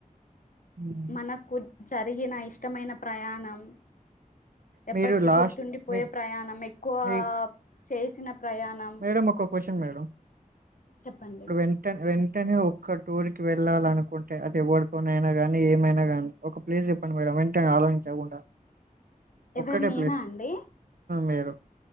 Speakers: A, on the right; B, on the left.
A: హ్మ్.
B: మనకు జరిగిన ఇష్టమైన ప్రయాణం ఎప్పటికి
A: మీరు లాస్ట్
B: గుర్తుండిపోయే
A: మీ
B: ప్రయాణం ఎక్కువ
A: మీ
B: చేసిన ప్రయాణం
A: మేడం ఒక క్వశ్చన్ మేడం
B: చెప్పండి.
A: నువ్వు ఎంత నువ్వు ఎన్ అంటేనే ఒక్క టూర్ కి వెళ్ళాలనుకుంటే అది ఎవరితోన అయిన కాని ఏమైనా గానీ ఒక ప్లేస్ చెప్పండి మేడం వెంటనే ఆలోచించకుండా
B: ఎవరు
A: ఒక్కటే
B: నేనా
A: ప్లీస్
B: అండి
A: మీరు